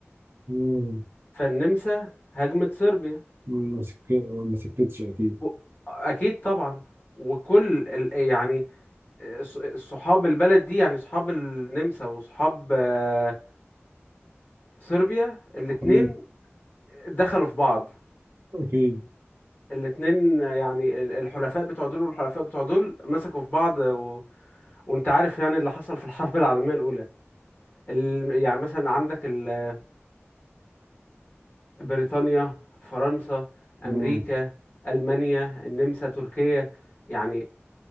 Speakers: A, on the right; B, on the left.
A: مم.
B: فالنمسا هاجمت صربيا
A: ما سك- ما سكتتش اكيد
B: و... اكيد طبعا وكل ال... يعني ص- صحاب البلد دي يعني صحاب النمسا وصحاب آه، صربيا الاتنين
A: مم.
B: دخلوا في بعض
A: اكيد
B: الاتنين يعني ال- الحلفاء بتوع دول والحلفاء بتوع دول مسكوا في بعض و... وانت عارف يعني اللي حصل في الحرب العالمية الأولى ال... يعني مثلا عندك ال... بريطانيا فرنسا
A: مم.
B: أمريكا ألمانيا النمسا تركيا يعني